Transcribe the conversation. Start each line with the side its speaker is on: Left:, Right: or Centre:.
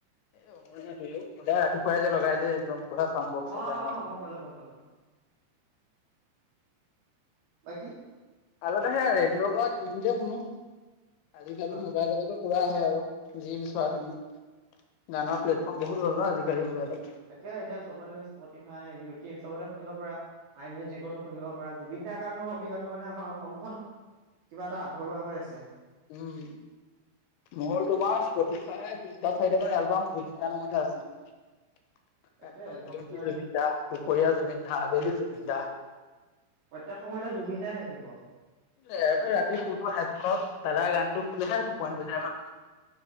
Left: এ অনুৰাধাটোতো, সদায় ৰাতিপুৱাই যে লগাই যে একদম পুৰা চাউণ্ড বক্সত
Right: অ',
Left: ডাঙৰ।
Right: অ', গম পালো গম পালো। বাকী?
Left: আগতে সেইয়া ৰেডিঅ'ৰ পৰা টিভিতে শুনো আজিকালি
Right: অ',
Left: মোবাইলতেটো পুৰা আহে আৰু যি বিচৰা তুমি, গানৰ প্লেটফৰ্ম বহুত হ'ল ন আজিকালি মোবাইলত।
Right: একে এতিয়া চবতে স্পতিফাই, ইউটিউব চবতে শুনিব পাৰা। মাই মিউজিকতো শুনিব পাৰ জুবিন দাৰ গানৰ অবিহনে মানে আমাৰ অসমখন কিবা এটা আধৰুৱা হৈ আছে।
Left: উম। মোৰ তোমাৰ স্পফটিফাই তিনিটা চাৰিটামান এলবাম জুবিন দাৰ নামতে আছে। ৰাতিপুৱা
Right: তাকে
Left: শুই
Right: জুবিনদাৰ
Left: উঠি জুবিন দা, দুপৰীয়া জুবিন দা, আবেলি জুবিন দা।
Right: প্ৰত্যেক সময়তে জুবিন দাই থাকিব।
Left: এ
Right: মানে
Left: ৰাতি শুতো হেডফোনত দাদা গানটো শুনিহে টোপনিটো যায় ভালকে।